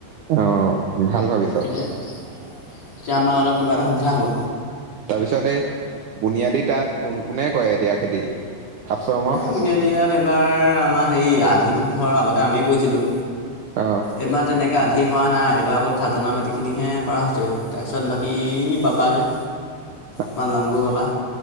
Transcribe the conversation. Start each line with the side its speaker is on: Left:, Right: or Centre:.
Right: অ', ভাল ভাবিছ
Left: <unintelligible> এতিয়া আমাৰ অলপ কিবা এটা সুবিধা হ'ব।
Right: তাৰপিছত এই বুনিয়াদী তাত কোনে কৰে এতিয়া খেতি, আশ্ৰমৰ।
Left: বুনিয়া দিয়াত এবাৰ আমাৰ হেৰি আধিটো ধৰ আগতে আমিয়ে কৰিছিলো।
Right: অ'।
Left: এইবাৰ তেনেকৈ আধি কৰা নাই, এইবাৰ আকৌ খাজানা মাটিখিনিহে কৰা হৈছে, তাৰপিছত বাকী ই বাবা যে
Right: <inaudible>
Left: আমাৰ <unintelligible> গোৰ বাবা।